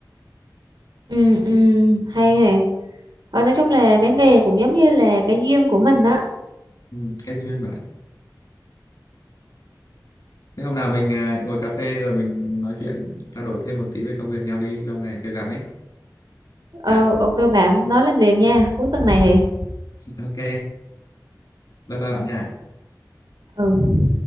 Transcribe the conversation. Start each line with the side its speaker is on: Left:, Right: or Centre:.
Right: ừ, ừ, hay hay Ờ, nói chung là cái nghề cũng giống như là cái duyên của mình đó
Left: ừ, cái duyên bạn ạ thế hôm nào mình à, ngồi cà phê rồi mình nói chuyện trao đổi thêm một tí về công việc nhau đi lâu ngày chưa gặp ấy
Right: ừ
Left: nhá
Right: ok bạn nói lên liền nha cuối tuần này thì
Left: ok bye bye bạn nhá
Right: ừ